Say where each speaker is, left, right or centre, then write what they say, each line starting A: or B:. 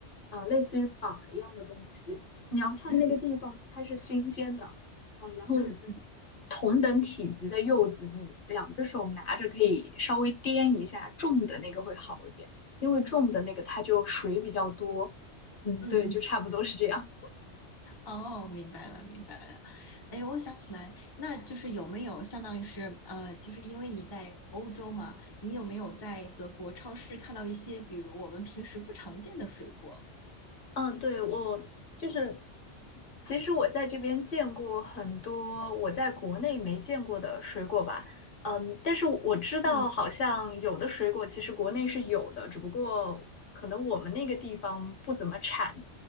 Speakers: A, on the left; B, on the left.
A: 呃类似于板儿一样的东西，你要看那个地方它是新鲜的，
B: 嗯
A: 啊、然后
B: 嗯
A: 同等体积的柚子，你两只手拿着可以稍微掂一下，重的那个会好一点，因为重的那个它就水比较多，嗯，
B: 嗯嗯，
A: 对，就差不多是这样。
B: 哦，明白了明白了。哎，我想起来，那就是有没有相当于是呃，就是因为你在欧洲嘛，你有没有在德国超市看到一些比如我们平时不常见的水果？
A: 嗯，对，我就是，其实我在这边见过很多我在国内没见过的水果吧，嗯，但是我知道好像有的水果其实国内是有的，
B: 嗯
A: 只不过可能我们那个地方不怎么产。